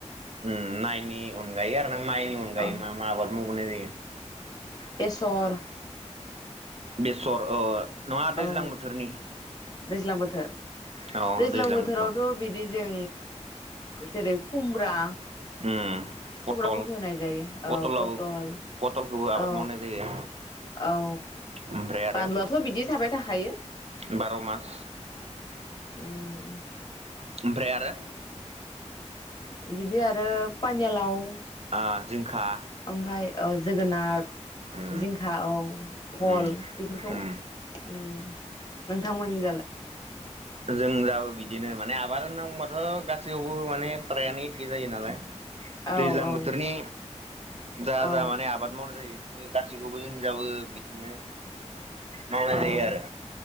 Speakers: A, on the right; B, on the left.
A: उम मायनि अन गायो आरोना। माइनि अनगायै
B: औ
A: मा मा आबाद मावबावनाय जायो?
B: बेेसर
A: बेसर ओ। नङा दैज्लां
B: औ
A: बोथोरनि?
B: दैज्लां बोथोर
A: औ
B: दैज्लां बोथोरावथ
A: बोथोराव
B: बिदि जों जेरै खुमब्रा
A: उम पटल
B: खुमब्राफोरखौ होनाय जायो
A: पटलाव
B: औ पटल
A: पटलखौबो आबाद
B: औ
A: मावनाय जायो
B: औ
A: ओमफ्राय आरो
B: बानलुआथ बिदि थाबाय थाखायो।
A: बार' मास
B: उम।
A: ओमफ्राय आरो?
B: बिदि आरो पानिलाव
A: ओ जिंखा
B: ओमफ्राय ओ जोगोनार
A: उम
B: जिंखा औ भल
A: उम
B: बेफोरखौ
A: उम
B: होनाय जायो। नोंथांमोनि जाला
A: जों जाबो बिदिनो माने आबाद होनना बुंबाथ' गासैयावबो माने फ्रायानो एखे जायो नालाय। दैज्लां
B: औ औ
A: बोथोरनि जा
B: औ
A: जा माने आबाद मावनाय जायो। गासैखौबो जोंनिजाबो बिदिनो- मावनाय
B: औ
A: जायो आरो